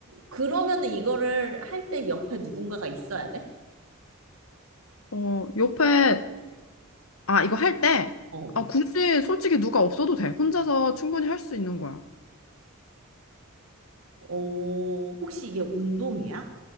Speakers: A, on the right; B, on the left.
A: 그러면은 이거를 할 때 옆에 누군가가 있어야 돼?
B: 어, 옆에 아, 이거 할 때,
A: 어.
B: 아, 굳이 솔직히 누가 없어도 돼. 혼자서 충분히 할 수 있는 거야.
A: 어, 혹시 이게 운동이야?